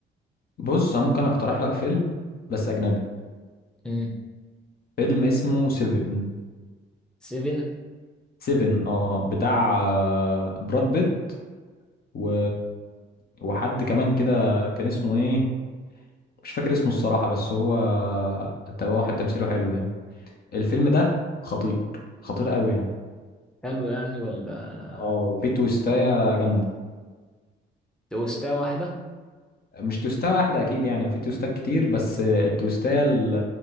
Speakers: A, on the left; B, in the centre.
A: بص أنا ممكن اقترح لك فيلم بس اجنبي
B: امم
A: فيلم اسمه سيفن
B: سيفن
A: سيفن اه بتاع آه، براد بيت و... وحد كمان كده كان اسمه ايه مش فاكر اسمه الصراحة بس هو تبقى واحد تمثيله حلو يعني الفيلم ده خطير خطير قوي يعني
B: حلو يعني ولا
A: اه وفي تويستاية جامدة
B: تويستة واحده
A: مش توستة واحدة أكيد يعني وفي توستات كتير بس التوستاية ال-